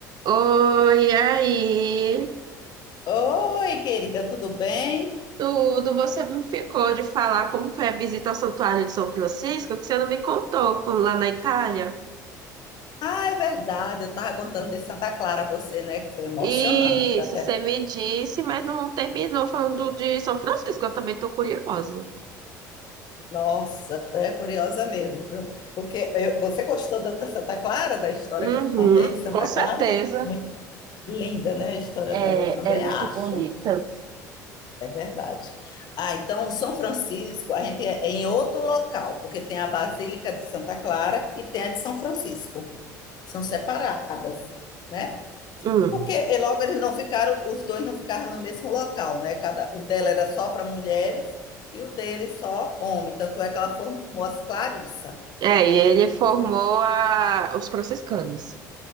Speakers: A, on the right; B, on the left.
A: Oi, aí.
B: Oi, querida, tudo bem?
A: Tudo, você me ficou de falar como foi a visita ao Santuário de São Francisco, que você não me contou quando lá na Itália.
B: Ah, é verdade, eu estava contando de Santa Clara a você, né? Que foi emocionante,
A: Isso,
B: que até.
A: você me disse, mas não terminou falando de São Francisco, eu também tô curiosa.
B: Nossa, é curiosa mesmo, viu? Porque eu- você gostou da Santa Clara, da história
A: Uhum,
B: que eu te contei de Santa
A: com certeza.
B: Clara? Muito linda, né? A história
A: É,
B: dela eu também,
A: é muito
B: acho.
A: bonita.
B: É verdade. Ah, então, São Francisco, a gente é é em outro local, porque tem a Basílica de Santa Clara e tem a de São Francisco. São separadas, né?
A: Hum.
B: Porque e logo eles não ficaram, os dois não ficaram no mesmo local, né? Cada, o dela era só para mulheres e o dele só homem. Tanto é que ela formou as Clarissa.
A: É, e ele formou
B: Foi,
A: a- os franciscanos.